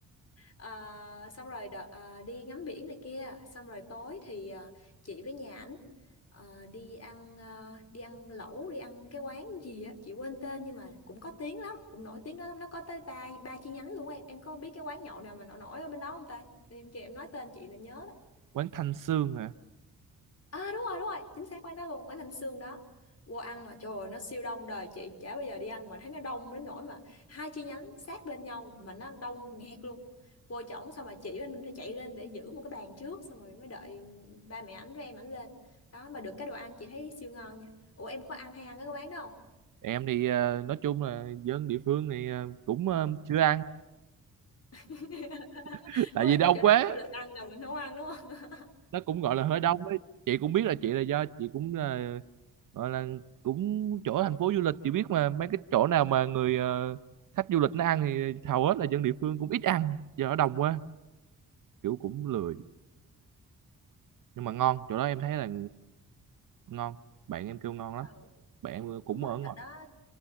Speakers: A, on the left; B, on the right.
A: Ờ, xong rồi đợt, ờ, đi ngắm biển này kia xong rồi tối thì ờ, chị với nhà ảnh ờ, đi ăn ờ, đi ăn lẩu đi ăn cái quán gì á chị quên tên nhưng mà cũng có tiếng lắm cũng nổi tiếng đó lắm nó có tới ba ba chi nhánh luôn em em có biết cái quán nhậu nào mà nổi nổi ở bên đó không ta em chị em nói tên chị là nhớ
B: quán Thanh Sương hả
A: À đúng rồi đúng rồi, chính xác quán đó luôn, quán Anh Sương đó. Vô ăn mà trời ơi, nó siêu đông đời chị, chả bao giờ đi ăn mà thấy nó đông đến nỗi mà hai chi nhánh sát bên nhau mà nó đông nghẹt luôn. Vô trỏng xong mà chị bên mình phải chạy lên để giữ một cái bàn trước xong rồi mới đợi ba mẹ ảnh với em ảnh lên. Đó mà được cái đồ ăn chị thấy siêu ngon nha. Ủa em có ăn hay ăn cái quán đó không?
B: em thì ờ, nói chung là dân địa phương thì ờ, cũng ờ, chưa ăn
A: <laughs>
B: <laughs> tại
A: Đúng
B: vì
A: rồi,
B: đông
A: cái chỗ
B: quá
A: nào khách du lịch ăn là mình nấu ăn đúng không?
B: nó cũng gọi là hơi đông ấy chị cũng biết là chị là do chị cũng là gọi là cũng chỗ thành phố du lịch chị biết mà mấy cái chỗ nào mà người ờ, khách du lịch nó ăn thì hầu hết là dân địa phương cũng ít ăn do nó đông quá kiểu cũng lười nhưng mà ngon chỗ đó em thấy là ngon bạn em kêu ngon lắm
A: Ừ.
B: bạn em cũng
A: Đúng rồi,
B: ở ngoài
A: đợt đó